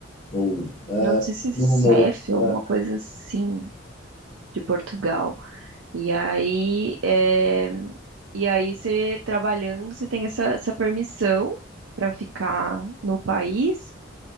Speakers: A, on the left; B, on the right.
A: ou é,
B: Não sei se CEF,
A: número,
B: alguma
A: é,
B: coisa assim de Portugal. E aí, é, e aí você trabalhando, você tem essa, essa permissão para ficar no país.